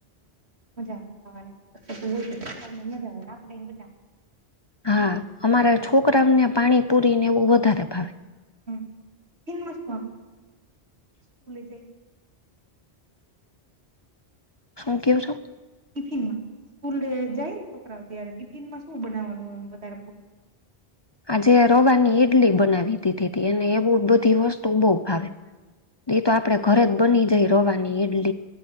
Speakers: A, on the right; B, on the left.
A: મજા આવે ખને મજા આવે આપણે મજા આવે
B: હા અમારા છોકરાને પાણી પુરી ને એવું વધારે ભાવે
A: હમન માસુંું છું સ્કૂલે જ
B: શું કેવું છો
A: ટિફિનમાં સ્કૂલ જાય ને છોકરા ત્યારે ટિફિન માં શું બનાવવાનું વધ
B: આજે રવાની ઈડલી બનાવી દીધી હતી અનેને એવું બધી વસ્તુ બહુ ભાવે એ તો આપડે ઘરે જ બની જાય રવાની ડલી